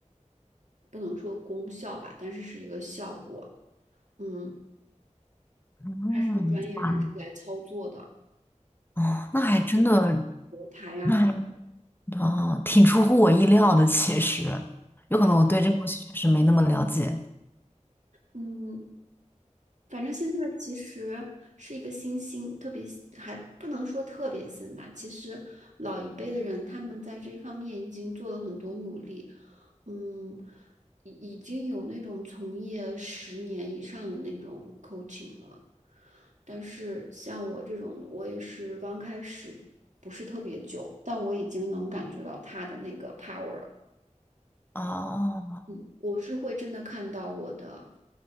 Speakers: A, on the right; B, on the left.
A: 不能说功效吧，但是是一个效果。嗯，
B: 嗯，
A: 它是有专业人士来操作的，
B: 哇哦，那还真的。
A: 罗盘呀、
B: 那。
A: 什么的，
B: 哦，挺出乎我意料的，其实有可能我对这个东西确实没那么了解。
A: 他们嗯反正现在其实是一个新兴，特别还不能说特别新吧。其实老一辈的人他们在这方面已经做了很多努力，嗯，已已经有那种从业十年以上的那种 coaching 了。但是像我这种，我也是刚开始不是特别久，但我已经能感觉到他的那个 power。
B: 哦，
A: 嗯，我是会真的看到我的